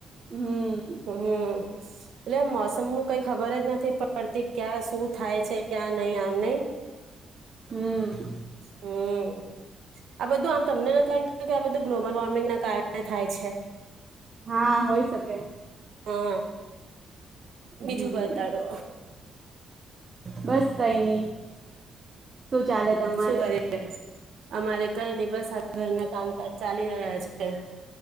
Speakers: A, on the right (about 30°); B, on the right (about 65°).
A: હમ
B: હમ એટલે એમ મોસમ નું કઈ ખબર જ નથી. પ્રતીિક. ક્યાં શું થાય છે ક્યાં નહીિ આમને.
A: હમ.
B: હમ. આ બધું આમ તમને નથી <inaudible> કે આ બધું ગ્લોબલ વોર્મિંગના કારણે થાય છે.
A: હા હોય શકે.
B: હા
A: હમ
B: બીજું બતાડો
A: બસ કઈ નહી. શું ચાલે તમારે?
B: શું કરી અમારે કઈ નઈ, બસ આ ઘરના કામકાજ ચાલી રહ્યા છે.